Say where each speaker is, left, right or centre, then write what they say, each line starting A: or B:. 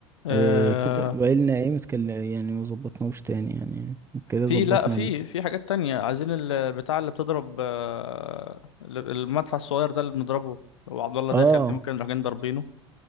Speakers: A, on the left; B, on the right.
A: آه
B: إيه كده بقالنا ايه متكلم يعني ما ظبطناوش تاني يعني كده
A: في
B: ظبطنا
A: لا في
B: ال...
A: في حاجات تانية عايزين ال- البتاع اللي بتضرب آه ال- المدفع الصغير ده اللي بنضربه وعبد الله
B: اه
A: داخل دي ممكن نروح جايين ضاربينه